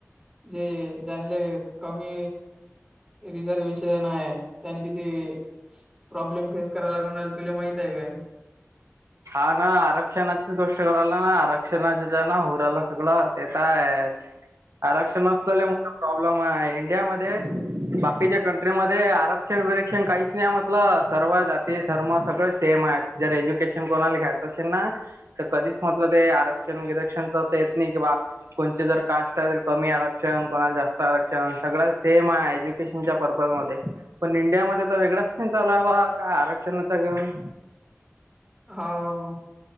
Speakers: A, on the right (about 15°); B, on the right (about 75°).
A: जे ज्यानले कमी रिझर्वेशन आहे, त्यांनी तीथे प्रॉब्लेम फेस करायला लागून राहिलं तुला माहित आहे काय?
B: हा ना, आरक्षणाचीच गोष्ट कराला ना, आरक्षणाच ना हू रायलं सगळं, ते तर हाय
A: ह <inaudible>
B: आरक्षण च लय मोठ प्रॉब्लेम हाय, इंडियामध्ये बाकीच्या कंट्रीमध्ये आरक्षण बिरक्षण काहीच नाही म्हटलं, सर्व जाती सर्म सगळं सेम आहे‌. जर एज्युकेशन कोणाल घ्यायचं असेल ना तर कधीच म्हटलं ते आरक्षण गिरक्षणच असं येत नाही, किं बा कोणची जर कास्ट आहे कमी आरक्षण, कोणाला जास्त आरक्षण सगळं सेम आहे, एज्यु च्या पर्पज् मध्ये, पण इंडिया मध्ये तर वेगळाच स चालुय बा आरक्षणाचा घेऊन
A: हो,